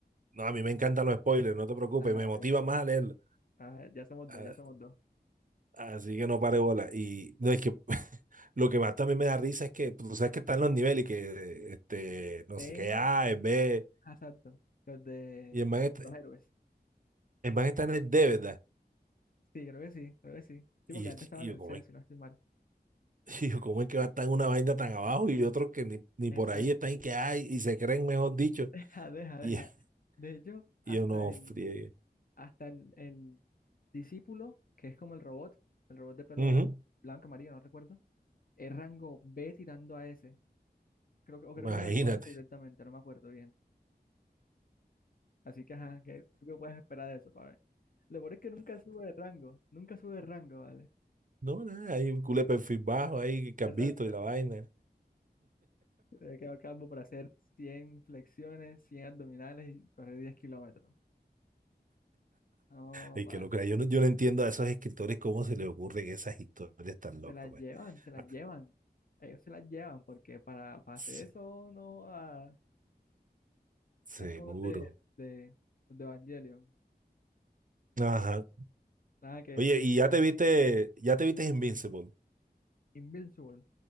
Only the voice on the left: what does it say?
Ah,
ok.
Ah, ya somos
dos, ya somos dos.
eh
Ah, Exacto, los de
los héroes.
Sí, creo que sí, creo que sí. Sí,
porque antes
estaba
en
el
C,
si no estoy mal.
Exacto.
<laughs> Deja, deja, deja.
De hecho, hasta
el,
hasta el, el discípulo, que es como el robot, el robot de pelo
blanco, amarillo, no recuerdo, es rango B tirando a S. Creo que, o creo
que es rango S directamente, no me acuerdo bien. Así que, ajá, ¿qué, tú qué puedes esperar de eso, pa' ver? Lo peor es que nunca sube de rango, nunca sube de rango, ¿vale?
Exacto.
Te había quedado calvo para hacer 100 flexiones, 100 abdominales y correr 10 kilómetros. No,
pana.
Se las
llevan, se las
llevan. Ellos se las llevan porque para, para
hacer eso no ah, están
como los de, de, los de Evangelion.
Nada que decir.
Invincible.